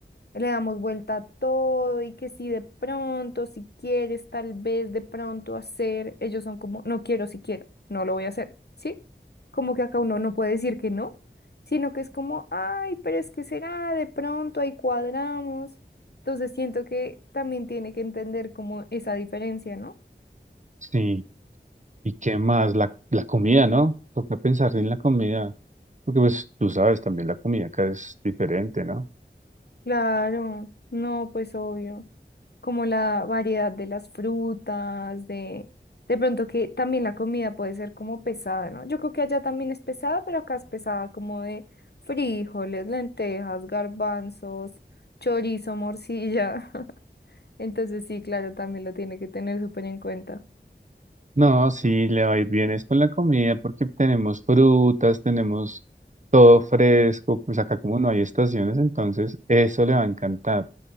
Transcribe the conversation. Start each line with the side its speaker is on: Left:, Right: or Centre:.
Left: le damos vuelta a todo y que si de pronto, si quieres, tal vez de pronto hacer, ellos son como, no quiero, si quiero, no lo voy a hacer, ¿sí? Como que acá uno no puede decir que no, sino que es como, ay, pero es que será, de pronto ahí cuadramos. Entonces siento que también tiene que entender como esa diferencia, ¿no?
Right: sí, ¿y qué más? La, la comida, ¿no? Toca pensar en la comida, porque pues tú sabes, también la comida acá es diferente, ¿no?
Left: Claro, no, pues obvio. Como la variedad de las frutas, de, de pronto que también la comida puede ser como pesada, ¿no? Yo creo que allá también es pesada, pero acá es pesada como de frijoles, lentejas, garbanzos, chorizo, morcilla. <laughs> Entonces sí, claro, también lo tiene que tener súper en cuenta.
Right: No, sí, le va a ir bien es con la comida porque tenemos frutas, tenemos todo fresco, pues acá como no hay estaciones, entonces eso le va a encantar,